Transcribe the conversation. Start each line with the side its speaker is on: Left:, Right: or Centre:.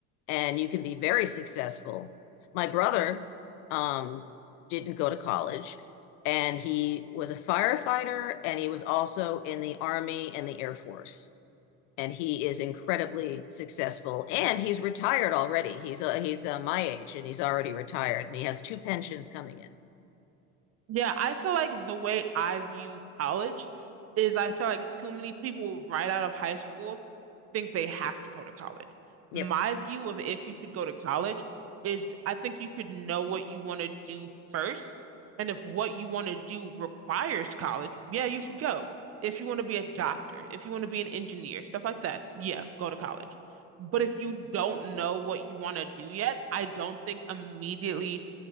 Left: and you can be very successful. My brother um, didn't go to college, and he was a firefighter, and he was also in the Army and the Air Force. And he is incredibly successful, and he's retired already. He's uh, he's uh, my age, and he's already retired, and he has two pensions coming in.
Right: Yeah, I feel like the way I view college is I feel like too many people right out of high school think they have to go to college.
Left: Yep,
Right: My view of if you should go to college is I think you should know what you want to do first. And if what you want to do requires college, yeah, you should go. If you want to be a doctor, if you want to be an engineer, stuff like that, yeah, go to college. But if you don't know what you want to do yet, I don't think immediately